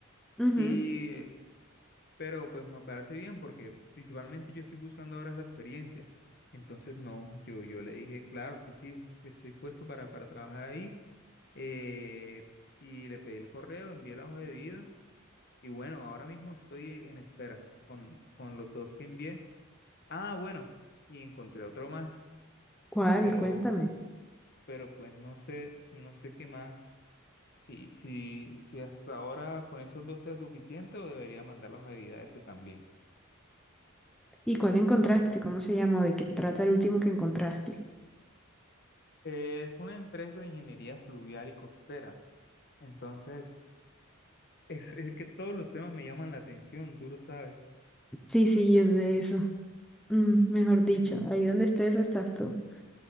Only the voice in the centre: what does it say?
Ujú.
¿Cuál?
Cuéntame.
¿Y cuál encontraste? ¿Cómo se llama? ¿O de qué trata el último que encontraste?
Sí, sí, es de eso. Mm, mejor dicho,
ahí donde estés estás tú.